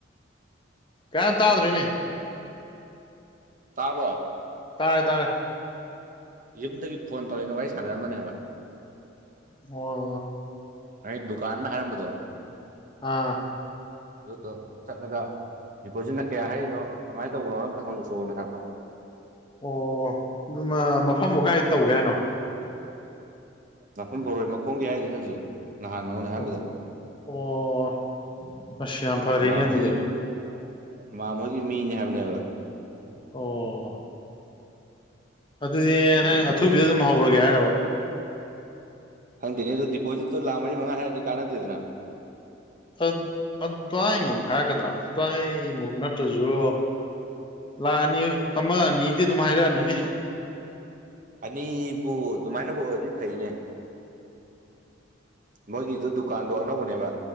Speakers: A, on the left (about 25°); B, on the right (about 45°).
A: ꯀꯩ ꯍꯥꯏ ꯇꯥꯗ꯭ꯔꯦꯅꯦ
B: ꯇꯥꯕꯣ
A: ꯇꯥꯔꯦ ꯇꯥꯔꯦ
B: ꯌꯨꯝꯗꯒꯤ ꯐꯣꯟ ꯇꯧꯔꯦꯏꯅ ꯋꯥꯔꯤ ꯁꯥꯟꯅꯔꯝꯕꯅꯦꯕ
A: <unintelligible>
B: ꯑꯩ ꯗꯨꯀꯥꯟ ꯑꯃ ꯍꯥꯏꯔꯝꯕꯗꯣ
A: ꯑꯥ
B: ꯑꯗꯨꯗꯣ ꯆꯠꯂꯒ ꯗꯤꯄꯣꯖꯤꯠꯅ ꯀꯌꯥ ꯍꯔꯤꯅꯣ ꯀꯃꯥꯏꯅ ꯇꯧꯕꯅꯣ ꯑꯝꯇꯪ ꯍꯪ ꯎꯁꯤ ꯍꯥꯏꯔꯛꯄ
A: ꯑꯣ ꯗꯨꯃ ꯃꯐꯝꯕꯨ ꯀꯥꯏ ꯇꯧꯒꯦ ꯍꯥꯏꯅꯣ
B: ꯅꯥꯛꯐꯝ ꯕꯣꯔꯣꯏ ꯃꯈꯣꯡꯒꯤ ꯍꯥꯏꯗꯣ ꯑꯩꯅ ꯍꯧꯖꯤꯛ ꯅꯍꯥꯟ ꯅꯉꯣꯟꯗ ꯍꯥꯏꯔꯝꯕꯗꯣ
A: ꯑꯣ ꯑꯣ ꯑꯁ ꯌꯥꯝ ꯐꯔꯦꯅꯦ
B: ꯃꯥ
A: ꯑꯗꯨꯗꯤ
B: ꯃꯣꯏꯒꯤ ꯃꯥ ꯃꯣꯏꯒꯤ ꯃꯤꯅꯦ ꯍꯥꯏꯕꯅꯦꯕ
A: ꯑꯣ ꯑꯗꯨꯗꯤ
B: ꯑꯗꯨ
A: ꯅꯪ
B: ꯗꯤꯄꯣꯖꯤꯠ
A: ꯑꯊꯨꯕꯤꯗ ꯑꯗꯨꯝ ꯍꯧꯔꯒꯦ ꯍꯥꯏꯔꯕ
B: ꯈꯪꯗꯦꯅꯦ ꯑꯗꯨ ꯗꯤꯄꯣꯖꯤꯠꯇꯨ ꯂꯥꯛ ꯃꯔꯤ ꯃꯉꯥ ꯍꯥꯏꯔꯛꯑꯗꯤ ꯀꯥꯟꯅꯗꯦꯗꯅ
A: ꯑ ꯑꯗꯨꯋꯥꯏꯃꯨꯡ ꯍꯥꯏꯔꯛꯀꯗ꯭ꯔꯥ ꯑꯗꯨꯋꯥꯏ ꯃꯨꯛ ꯅꯠꯇ꯭ꯔꯁꯨ ꯂꯥꯛꯑꯅꯤ ꯑꯃ ꯑꯅꯤꯗꯤ ꯑꯗꯨꯝ ꯍꯥꯏꯔꯛꯑꯅꯤꯅꯦ
B: ꯑꯅꯤꯕꯨ ꯑꯗꯨꯃꯥꯏꯅꯕꯨ ꯑꯣꯏꯔꯗꯤ ꯐꯩꯅꯦ ꯃꯣꯏꯒꯤꯗꯨ ꯗꯨꯀꯥꯟꯗꯣ ꯑꯅꯧꯕꯅꯦꯕ